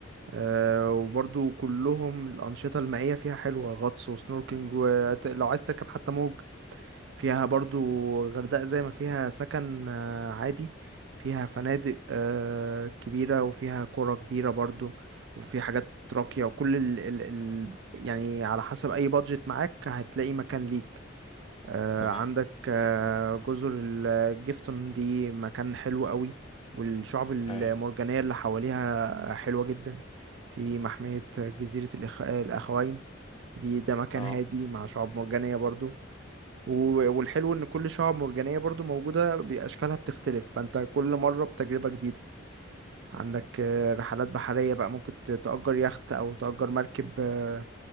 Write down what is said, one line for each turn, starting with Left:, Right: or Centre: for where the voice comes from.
Right: آه، وبرضو كلهم الانشطه المائيه فيها حلوه غطس وسنوركلينج ولو عايز تركب حتى موج فيها برضو غردقة زي ما فيها سكن آه، عادي فيها فنادق آه، كبيرة وفيها قرى كبيرة برضو وفي حاجات راقية وكل ال ال ال يعني على حسب أي بادجت معاك هتلاقي مكان ليك آه،
Left: تمام
Right: عندك آه، جزر الجيفتون دي مكان حلو قوي والشعب المرجانية
Left: اي
Right: اللي حواليها حلوة جدا في محمية جزيرة الإخ... الأخوين دي ده مكان
Left: اه
Right: هادي مع شعاب مرجانية برضو و- والحلو ان كل شعاب مرجانية برضو موجودة باشكالها بتختلف فانت كل مرة بتجربة جديدة عندك آه، رحلات بحرية بقى ممكن ت- تأجر يخت او تأجر مركب آه،